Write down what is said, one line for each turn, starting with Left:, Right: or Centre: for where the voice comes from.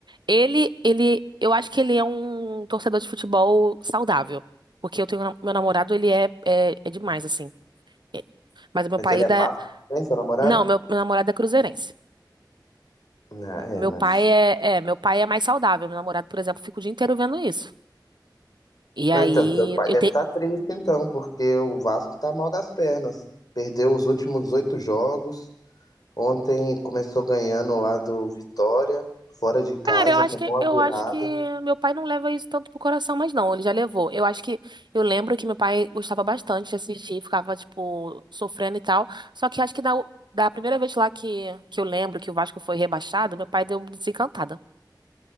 Right: ele, ele, eu acho que ele é um torcedor de futebol saudável, porque eu tenho na- meu namorado, ele é, é, é demais assim. É. Mas meu
Left: Mas
Right: pai
Left: ele
Right: ainda,
Left: é Vasco,
Right: é,
Left: né, seu namorado?
Right: não, meu, meu namorado é cruzeirense.
Left: Não, é,
Right: Meu
Left: mas.
Right: pai é, é, meu pai é mais saudável. Meu namorado, por exemplo, fica o dia inteiro vendo isso. E aí,
Left: Não, então, seu pai
Right: eu
Left: deve
Right: tenho.
Left: estar triste, então, porque o Vasco tá mal das pernas. Perdeu os últimos oito jogos, Ontem começou ganhando lá do Vitória, fora de casa,
Right: Cara, eu acho
Left: tomou
Right: que
Left: a
Right: eu
Left: virada.
Right: acho que meu pai não leva isso tanto pro coração, mas não, ele já levou. Eu acho que eu lembro que meu pai gostava bastante de assistir, ficava tipo sofrendo e tal. Só que acho que da, da primeira vez lá que, que eu lembro que o Vasco foi rebaixado, meu pai deu uma desencantada.